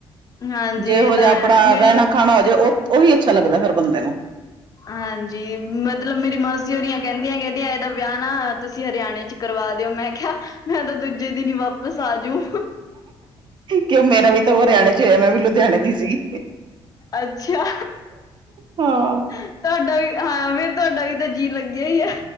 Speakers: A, on the left; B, on the right.
A: ਹਾਂਜੀ
B: ਜੇਹੋ
A: ਇਹ ਤਾਂ
B: ਜੇਹਾ ਆਪਣਾ
A: ਹੈ ਮੈਨੂੰ
B: ਰਹਣਾ ਖਾਣਾ ਹੋ ਜੇ ਉਹ- ਉਹੀ ਅੱਛਾ ਲੱਗਦੈ ਫੇਰ ਬੰਦੇ ਨੂੰ।
A: ਹਾਂਜੀ ਮਤਲਬ ਮੇਰੀ ਮਾਸੀ ਹੋਰੀਆਂ ਕਹਿੰਦੀਆਂ, ਕਹਿੰਦੀਆਂ ਇਹਦਾ ਵਿਆਹ ਨਾ ਤੁਸੀਂ ਹਰਿਆਣੇ ਚ ਕਰਵਾ ਦਿਓ ਮੈਂ ਕਿਹਾ ਮੈਂ ਤਾਂ ਦੂਜੇ ਦਿਨ ਈ ਵਾਪਸ ਆਜੂ।
B: ਕਿਉਂ ਮੇਰਾ ਵੀ ਤਾਂ ਹਰਿਆਣੇ ਚ ਹੋਇਆ ਮੈਂ ਵੀ ਲੁਧਿਆਣੇ ਦੀ ਸੀਗੀ।
A: ਅੱਛਿਆ।
B: ਹਾਂ।
A: ਤੁਹਾਡਾ ਵੀ ਹਾਂ ਫੇਰ ਤੁਹਾਡਾ ਵੀ ਤਾਂ ਜੀਅ ਲੱਗਿਆ ਈ ਐ।